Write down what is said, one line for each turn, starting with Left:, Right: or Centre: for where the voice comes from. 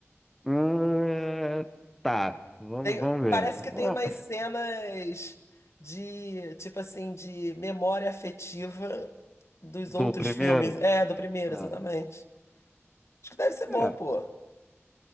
Centre: Ah, tá, vamos,
Left: Tem-
Centre: vamos ver.
Left: parece
Centre: Vamos-
Left: que tem umas cenas de, tipo assim, de memória afetiva dos
Centre: Do
Left: outros
Centre: primeiro?
Left: filmes. É, do primeiro,
Centre: Ah.
Left: exatamente. Acho que deve ser bom,
Centre: É,
Left: pô.